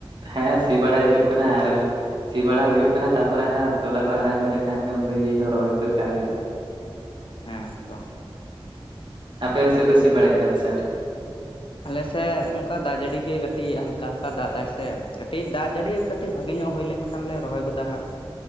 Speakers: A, on the right; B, on the left.
A: ᱦᱮᱸ ᱥᱤ ᱵᱟᱲᱟᱭ ᱦᱩᱭᱩᱜ ᱠᱟᱱᱟ ᱟᱨ᱾ ᱥᱤ ᱵᱟᱲᱟ ᱦᱩᱭᱩᱜ ᱠᱟᱱᱟ ᱛᱟᱯᱚᱨᱮᱟᱸᱜ ᱛᱚᱞᱟ ᱠᱚ ᱦᱟᱨᱟ ᱧᱚᱜ ᱞᱮᱱᱠᱷᱟᱱ ᱜᱮ ᱩᱱ ᱤᱭᱟᱹ ᱨᱚᱦᱚᱭ ᱩᱛᱟᱹᱨ ᱠᱟᱜ ᱦᱳᱭᱳᱜ᱾
B: ᱦᱮᱸ ᱛᱚ
A: ᱟᱯᱮ ᱥᱮᱫ ᱫᱚ ᱥᱤ ᱵᱟᱲᱟ ᱠᱮᱫᱟ ᱯᱮ ᱥᱮᱜ ᱟᱹᱣᱨᱤ᱾
B: ᱟᱞᱮᱥᱮᱫ ᱚᱱᱠᱟ ᱫᱟᱜ ᱡᱟᱹᱲᱤ ᱜᱮᱭ ᱠᱟᱹᱴᱤᱡ ᱦᱟᱞᱠᱟ ᱦᱟᱞᱠᱟ ᱫᱟᱜ ᱫᱟᱭ ᱥᱮ ᱠᱟᱹᱴᱤᱡ ᱫᱟᱜ ᱡᱟᱹᱲᱤ᱾ ᱠᱟᱹᱴᱤᱡ ᱵᱷᱟᱜᱤ ᱧᱚᱜ ᱦᱩᱭ ᱞᱮᱱ ᱠᱷᱟᱱ ᱞᱮ ᱨᱚᱦᱚᱭ ᱜᱚᱫᱟ ᱦᱟᱸᱜ᱾